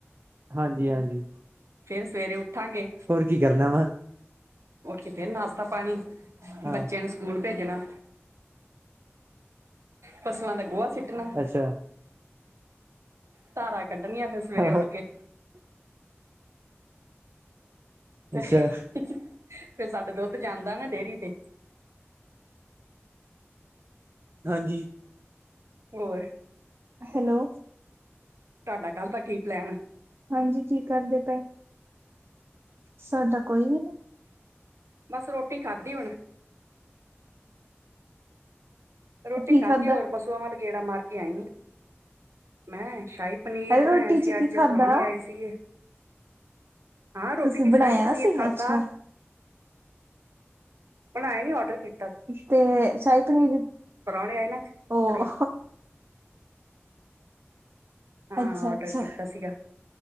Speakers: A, on the right (about 55°); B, on the right (about 80°).
A: ਹਾਂਜੀ-ਹਾਂਜੀ।
B: ਫੇਰ ਸਵੇਰੇ ਉੱਠਾਂਗੇ।
A: ਕੀ ਕਰਨਾ ਵਾ?
B: ਉੱਠਕੇ ਫਿਰ ਨਾਸਤਾ ਪਾਣੀ,
A: ਹਾਂ
B: ਬੱਚਿਆਂ ਨੂੰ ਸ ਸਕੂਲ ਭੇਜਣਾ, ਪਸੂਆਂ ਦਾ ਗੋਹਾ ਸਿੱਟ ਕਿਹਨੂੰ,
A: ਅੱਛਾ
B: ਧਾਰਾਂ ਕੱਢਣੀਆਂ ਫਿਰ ਸਵੇਰੇ
A: ਹਾਂ
B: ਉੱਠਕੇ। <unintelligible>
A: ਅੱਛਾ
B: ਫਿਰ ਸਾਡਾ ਦੁੱਧ ਜਾਂਦਾ ਨਾ, ਡੇਰੀ ਤੇ।
A: ਹਾਂਜੀ।
B: ਹੋਰ?
A: ਹੈਲੋ।
B: ਤਾਡਾ ਕੱਲ੍ਹ ਦਾ ਕੀ ਪਲੈਨ ਆ?
A: ਹਾਂਜੀ, ਕੀ ਕਰਦੇ ਪਏ? ਸਾਡਾ ਕੋਈ ਵੀ ਨੀ।
B: ਬਸ, ਰੋਟੀ ਖਾਦੀ ਹੁਣ। ਰੋਟੀ
A: ਕੀ
B: ਖਾਦੀ,
A: ਖਾਧਾ
B: ਹੋਰ ਪਸੂਆਂ ਵੱਲ ਗੇੜਾ ਮਾਰਕੇ ਆਈ ਆਂ, ਮੈਂ ਸ਼ਾਹੀ ਪਨੀਰ
A: ਅਰੇ
B: ਬਣਾਇਆ
A: ਰੋਟੀ ਚ
B: ਸੀ ਅੱਜ,
A: ਕੀ ਖਾਧਾ
B: ਪ੍ਰਾਉਣੇ ਆਏ ਸੀਗੇ। ਹਾਂ, ਰੋਟੀ'ਚ
A: ਤੁਸੀਂ ਬਣਾਇਆ
B: ਸ਼ਾਹੀ ਪਨੀਰ
A: ਸੀ
B: ਖਾਦਾ।
A: ਅੱਛਾ
B: ਬੜਾਏ ਹੀ, ਔਡਰ ਕੀ
A: ਤੇ, ਸ਼ਾਈ ਪਨੀਰ
B: ਪਰੌਣੇ ਆਏ ਨਾ ਅੱਜ,
A: ਉਹ
B: ਰੋਟ ਹਾਂ
A: ਅੱਛਾ
B: ਔਡਰ
A: ਅੱਛਾ
B: ਕੀਤਾ ਸੀਗਾ,